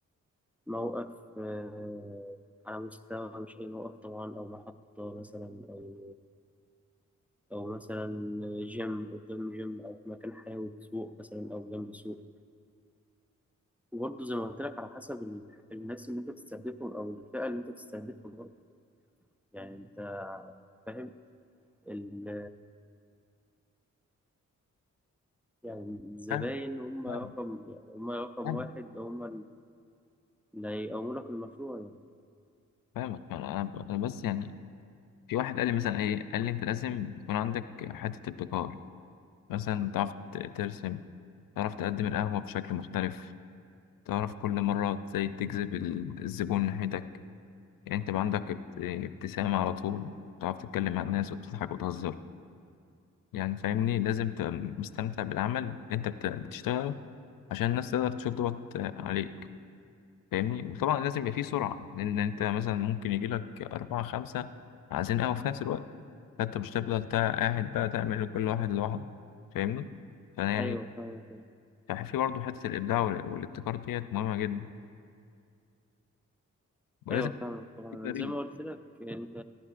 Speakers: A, in the centre; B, on the left.
A: موقف آه، على مستوى مش أي موقف طبعا أو محطة مثلا أو أو مثلا جيم قدام جيم أو في مكان حيوي في سوق مثلا أو جنب سوق وبرضه زي ما قلت لك على حسب ال- الناس اللي أنت بتستهدفهم أو الفئة اللي أنت بتستهدفها برضه يعني أنت فاهم ال يعني الزباين
B: فاهم
A: هم
B: فاهم
A: رقم يعني هم رقم
B: فاهم
A: واحد هم اللي هيقوموا لك المشروع يعني
B: فاهمك انا أنا- أنا بس يعني في واحد قال لي مثلا ايه قال لي انت لازم يكون عندك حته ابتكار مثلا تعرف ت- ترسم تعرف تقدم القهوه بشكل مختلف تعرف كل مرة ازاي تجذب ال- الزبون ناحيتك يعني انت بقى عندك ابت- ابتسامة على طول تعرف تتكلم مع الناس وبتضحك وتهزر يعني فاهمني لازم تبقى مستمتع بالعمل اللي انت بت- بتشتغله عشان الناس تقدر تشوف دوت عليك فاهمني وطبعا لازم يبقى فيه سرعة لأن انت مثلا ممكن يجيلك أربعة خمسة عايزين قهوة في نفس الوقت فانت مش هتفضل تا- قاعد بقى تعمل لكل واحد لوحده فاهمني فأنا يعني
A: أيوه فاهمك
B: فح- في برضه حتة الإبداع وال- والابتكار ديت مهمة جدا ولازم
A: أيوه
B: يبقى
A: فاهمك طبعا
B: في فريق
A: زي ما قلت لك أنت